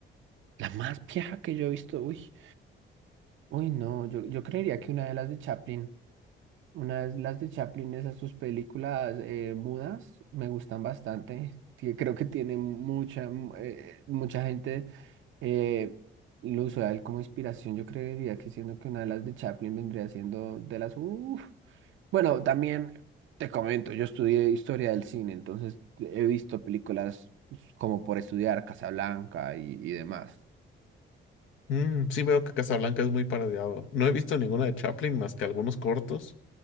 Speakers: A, on the right (about 75°); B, on the left (about 75°).
A: La más vieja que yo he visto, uy, uy, no, yo, yo creería que una de las de Chaplin, una de las de Chaplin, esas sus películas eh, mudas, me gustan bastante. Tie- creo que tiene mucha, mm, eh, mucha gente eh, lo usa a él como inspiración. Yo creería que siendo que una de las de Chaplin vendría siendo de las, uf. Bueno, también te comento, yo estudié historia del cine, entonces he visto películas pues, como por estudiar Casablanca y, y demás.
B: Mm, sí veo que Casablanca es muy parodiado. No he visto ninguna de Chaplin más que algunos cortos